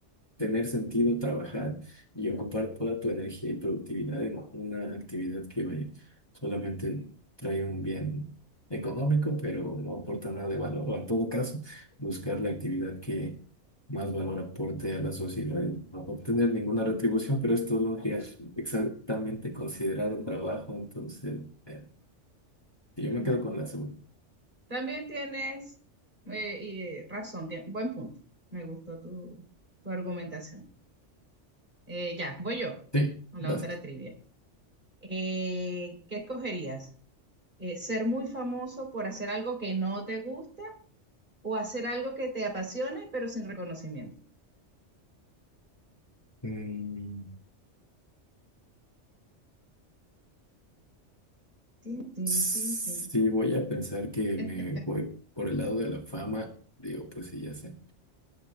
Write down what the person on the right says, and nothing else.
Bueno,
también tienes eh, y, eh, razón, tien- buen punto. Me gustó tu, tu argumentación. Eh, ya, voy yo
con
la otra trivia. Eh, ¿qué escogerías? Eh, ¿ser muy famoso por hacer algo que no te gusta o hacer algo que te apasione pero sin reconocimiento?
Tin, tin,
tin, tin.
<laughs>